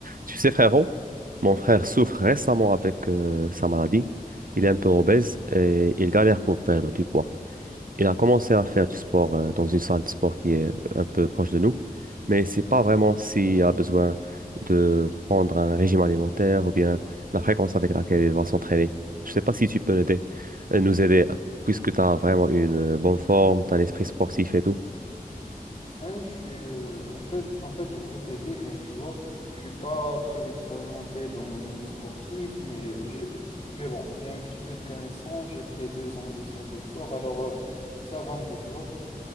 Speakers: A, on the right (about 65°); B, on the left (about 45°).
A: Tu sais, frérot,
B: Ouais.
A: mon frère souffre récemment avec euh, sa maladie. Il est un peu obèse et il galère pour perdre du poids. Il a commencé à faire du sport euh, dans une salle de sport qui est un peu proche de nous, mais c'est pas vraiment s'il a besoin de prendre un régime alimentaire ou bien la fréquence avec laquelle il va s'entraîner. Je sais pas si tu peux m'aider- euh, nous aider, puisque tu as vraiment une euh, bonne forme, tu as l'esprit sportif et tout.
B: Ouais, je suis, euh, on peut, en fait, je peux t'aider, mais tu vois, je suis pas très expérimenté dans le milieu sportif, mais j'ai, mais bon, j'ai un petit peu de connaissances, j'ai fait deux ans de salle de sport, alors euh, ça va un peu, tu vois.